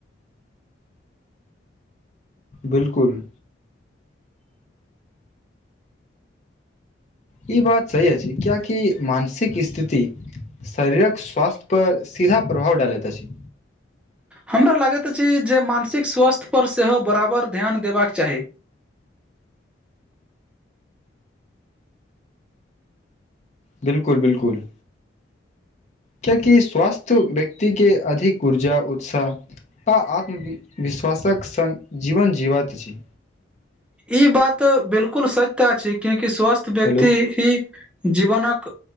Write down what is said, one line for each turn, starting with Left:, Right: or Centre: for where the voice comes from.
Left: बिल्कुल। ई बात सही अछि। कियाकि मानसिक स्थिति। शरीरक स्वास्थ्य पर सीधा प्रभाव डालैत अछि।
Centre: हमरा लागैत अछि। जे मानसिक स्वास्थ्य पर सेहो बराबर ध्यान देबाक चाही।
Left: बिल्कुल बिल्कुल। कियाकि स्वस्थ व्यक्ति के अधिक ऊर्जा उत्साह। आ आत्मविश्वासक सङ्ग जीवन जीबैत छी।
Centre: ई बात बिल्कूल सत्य छै। कियाकि स्वस्थ व्यक्ति
Left: हेलो
Centre: ही। जीवनक